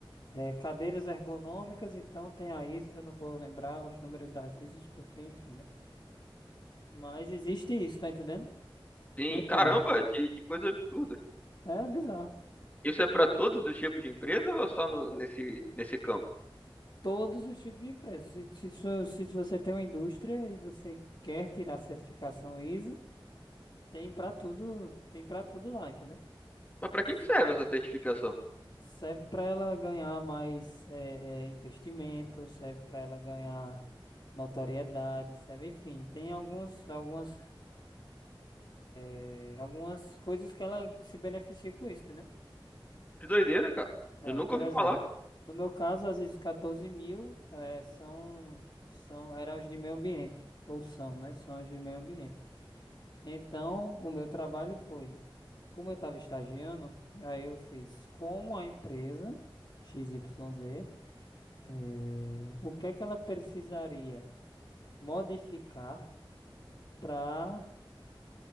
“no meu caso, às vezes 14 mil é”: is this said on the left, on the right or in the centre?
Left